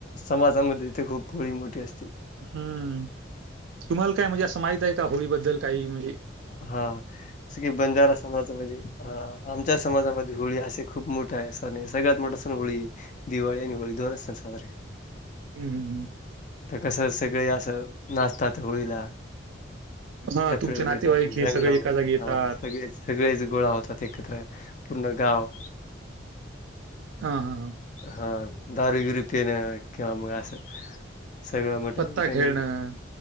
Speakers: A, on the left (about 40°); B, on the right (about 80°).
A: समाजामध्ये ते खूप होळी मोठी असते.
B: हम्म तुम्हाला काय म्हणजे असं माहित आहे का होळीबद्दल काही म्हणज
A: हा सगळे बांजार समाज आमच्या समाजामध्ये होळी असे खूप मोठे आहे सण हे सगळ्यात मोठ सण होळी आहे. दिवाळी आणि होळी दोन च सण साजर आहे.
B: हम् हम् हम.
A: तर कसं सगळे असं नाचतात होळीला
B: हा
A: डपळे
B: तुमचे
A: वगैरे
B: नातेवाईक
A: लावून
B: हे
A: रंग
B: सगळे
A: लावून
B: एका जागी येतात
A: हा सगळे सगळेच गोळा होतात एकत्र. पुूर्ण गाव.
B: हा हा हा.
A: हा दारू गिरु पिण किंवा मग असं सगळं मटण
B: पत्ता
A: गिटण
B: खेळणं